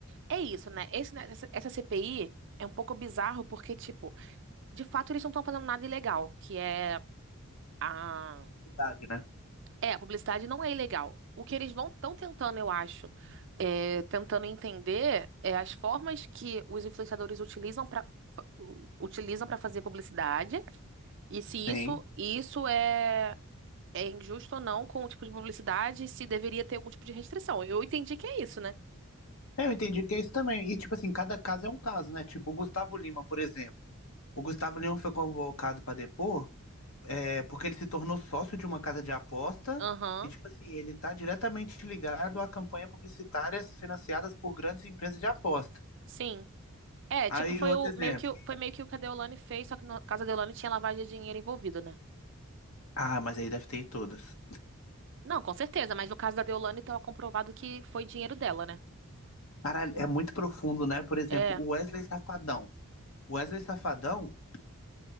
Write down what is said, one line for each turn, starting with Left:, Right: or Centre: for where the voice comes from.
Right: é isso, né? Esse, né, essa, essa CPI é um pouco bizarro porque, tipo, de fato eles não estão fazendo nada ilegal, que é a
Left: Cidade, né?
Right: É, a publicidade não é ilegal. O que eles vão estão tentando, eu acho, é, tentando entender é as formas que os influenciadores utilizam para utilizam para fazer publicidade e se
Left: Sim.
Right: isso isso é é injusto ou não com o tipo de publicidade, e se deveria ter algum tipo de restrição. Eu entendi que é isso, né?
Left: É, eu entendi que é isso também. E, tipo assim, cada caso é um caso, né? Tipo, o Gustavo Lima, por exemplo. O Gustavo Lima foi convocado para depor, é, porque ele se tornou sócio de uma casa de aposta.
Right: Aham,
Left: E, tipo assim, ele tá diretamente ligado a campanhas publicitárias financiadas por grandes empresas de aposta.
Right: sim. É,
Left: Aí,
Right: tipo, foi
Left: outro
Right: o
Left: exemplo.
Right: meio que o- foi meio que o que a Deolane fez, só que no caso da Deolane tinha lavagem de dinheiro envolvida, né?
Left: Ah, mas aí deve ter em todas.
Right: Não, com certeza, mas no caso da Deolane estava comprovado que foi dinheiro dela, né?
Left: Caralho, é muito profundo, né? Por exemplo,
Right: É.
Left: o Wesley Safadão. O Wesley Safadão,